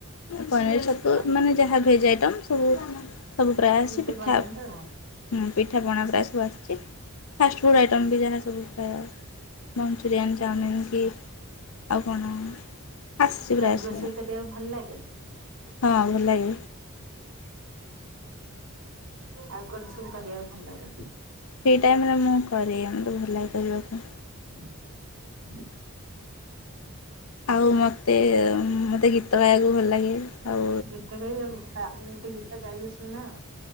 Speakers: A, on the left (about 70°); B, on the right (about 65°).
A: ପନିର ଛତୁ,
B: ଖାଲି
A: ମାନେ ଯାହା ଭେଜ୍ ଆଇଟମ୍ ସବୁ ସବୁ ପ୍ରାୟ ଆସେ,
B: ନିଜେ
A: ପିଠା
B: ବନାନ୍ତି
A: ହୁଁ ପିଠାପଣା ପ୍ରାୟ ସବୁ ଆସିଛି, ଫାଷ୍ଟଫୁଡ଼୍ ଆଇଟମ୍ ବି ଯାହା ସବୁ ଖା ମଞ୍ଚୁରିଆନ୍, ଚାଉମିିନ କି ଆଉ କଣ ଆସିଛି
B: ଆଉ କଣ
A: ପ୍ରାୟ ସବୁ।
B: <unintelligible> ଭଲ ଲାଗେ?
A: ହଁ ଭଲ ଲାଗେ।
B: ଆଉ କଣ ସବୁ କରିଆକୁ ଭଲ ଲାଗେ?
A: ଫ୍ରି ଟାଇମ୍ ରେ ମୁଁ କରେ, ମୋତେ ଭଲ ଲାଗେ କରିବାକୁ।
B: <inaudible>
A: ଆଉ ମତେ, ମତେ ଗୀତ ଗାଇଆକୁ ଭଲ ଲାଗେ। ଆଉ
B: ଗୀତ ଗାଇଆକୁ, ତାହେଲେ ଗୋଟେ ଗୀତ ଗାଇ ଶୁଣାଅ।